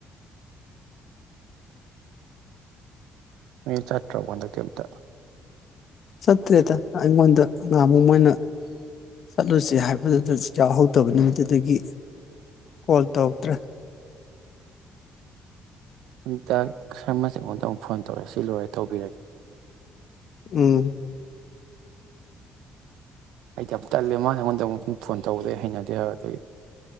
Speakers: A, on the right; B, on the left.
A: ꯑ ꯆꯠꯇ꯭ꯔ ꯋꯥꯗ ꯊꯇ
B: ꯆꯠꯇ꯭ꯔꯦꯗ ꯑꯩꯉꯣꯟꯗ ꯉꯥꯃꯨꯛ ꯃꯣꯏꯅ ꯆꯠꯂꯨꯁ ꯍꯥꯏꯕꯗꯨꯗ ꯌꯥꯎꯍꯧꯗꯕꯅꯤ ꯑꯗꯨꯗꯒꯤ ꯀꯣꯜ ꯇꯧꯔꯛꯇ꯭ꯔꯦ
A: ꯏꯇ ꯁꯔꯃ ꯑꯩꯉꯣꯟꯗꯨ ꯐꯣꯟ ꯇꯧꯔꯦ ꯁꯤ ꯂꯣꯏꯔꯦ ꯇꯧꯕꯤꯔꯒꯦ
B: ꯎꯝ
A: ꯑꯩ ꯇꯜꯂꯦꯃꯉꯣꯟꯗꯧꯕ ꯐꯣꯟ ꯇꯧꯗꯦ ꯍꯩꯅꯗꯦ ꯑꯗꯨꯒꯤ